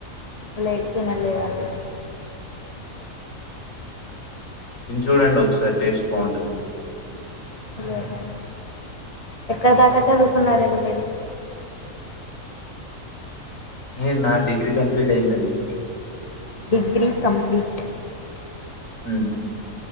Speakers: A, on the left; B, on the left.
A: లేద్ తినలేదండి
B: తిని చూడండి ఒకసారి టేస్ట్ బాగుంటది
A: లేదండి ఎక్కడ దాకా చదువుకున్నారండి మీరు
B: నే నా డిగ్రీ కంప్లీట్ అయిందండి
A: డిగ్రీ కంప్లీట్
B: ఉమ్మ్